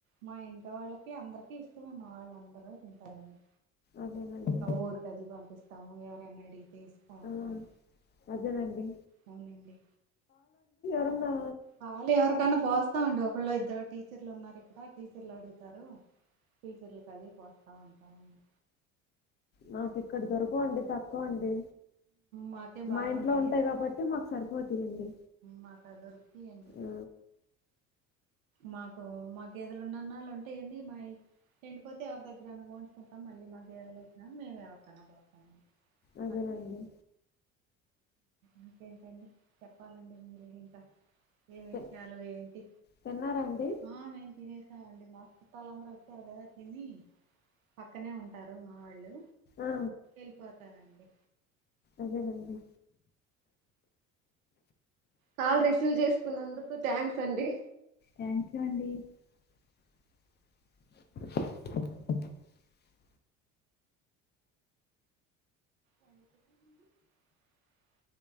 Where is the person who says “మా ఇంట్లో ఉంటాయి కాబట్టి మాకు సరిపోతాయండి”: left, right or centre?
Left